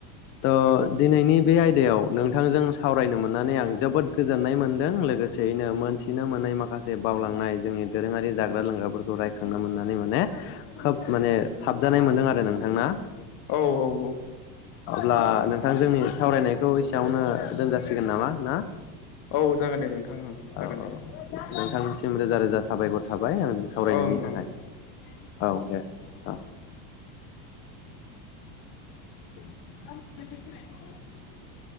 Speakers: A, on the left; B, on the left.
A: त दिनैनि बे आयदायाव नोंथांजों सावरायनो मोननानै आं जोबोद गोजोननाय मोनदों लोगोसेयैनो मोनथिनो मोननाय माखासे बावलांनाय जोंनि दोरोङारि जाग्रा लोंग्राफोरखौ रायखांनो मोननानै माने खोब माने साबजानाय मोनदों आरो नोंथां ना
B: औ औ औ
A: अब्ला नोंथां जोंनि सावरायनायखौ एसेयावनो दोनजासिगोन नामा ना?
B: औ जागोन
A: <inaudible>
B: दे नोंथां ओं जागोन
A: औ औ
B: दे
A: नोंथांसिम रोजा रोजा साबायखर थाब बाय आंजों सावरायनायनि
B: ओं
A: थाखाय
B: ओं
A: औ दे आ आ